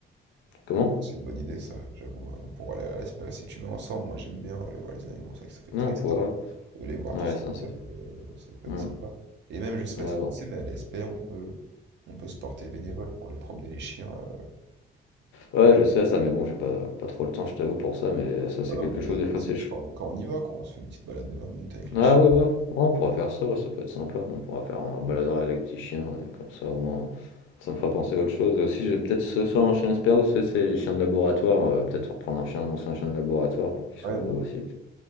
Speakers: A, on the left; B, on the right.
A: Comment?
B: C'est une bonne idée ça, j'avoue, hein, pour aller à la si tu veux ensemble, moi j'aime bien aller voir les animaux, c'est vrai que ça fait
A: Non,
B: triste,
A: on pourra.
B: hein, de les voir
A: Ouais,
B: tous comme
A: ça,
B: ça,
A: c'est.
B: mais euh, ça peut
A: Hmm.
B: être sympa. Et même, je sais pas
A: Ouais,
B: si
A: bon.
B: tu sais, mais à la on peut, on peut se porter bénévole pour aller promener les chiens. euh.
A: Ouais, je sais ça, mais bon, j'ai pas, pas trop le temps, je t'avoue, pour ça, mais ça, c'est
B: Ouais, non,
A: quelque
B: mais
A: chose, des fois,
B: c'est
A: c'est
B: juste quand, quand on y va, quoi, on se fait une petite balade de vingt minutes avec les
A: Ah
B: chiens.
A: ouais, ouais, ouais, on pourra faire ça, ouais, ça peut être sympa. On pourra faire un baladeur avec les petits chiens, et comme ça au moins ça me fera penser à autre chose. Et aussi, j'ai peut-être ce soir un chien expert ou c'est c'est les chiens de laboratoire, euh, peut-être reprendre un chien, un ancien chien de laboratoire pour qu'il soit
B: Ouais,
A: heureux
B: non,
A: aussi.